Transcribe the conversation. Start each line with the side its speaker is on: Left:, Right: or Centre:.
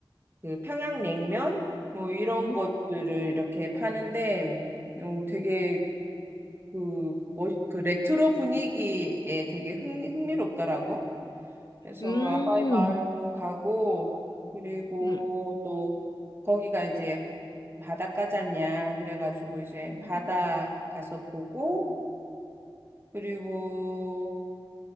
Right: 그 평양냉면 뭐 이런
Left: 음.
Right: 것들을 이렇게 파는데 어, 되게 그, 뭐, 그 레트로 분위기에 되게 흥, 흥미롭더라고. 그래서
Left: 음.
Right: 아바이 마을도 가고 그리고
Left: 응.
Right: 또 거기가 이제 바닷가잖냐 그래가지고 이제
Left: 음.
Right: 바다 가서 보고 그리고